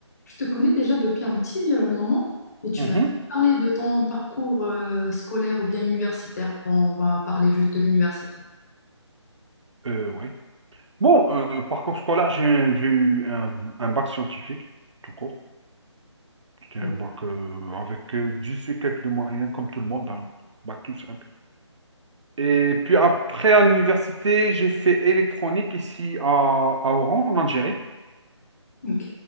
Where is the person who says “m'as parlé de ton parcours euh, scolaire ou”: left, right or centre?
Left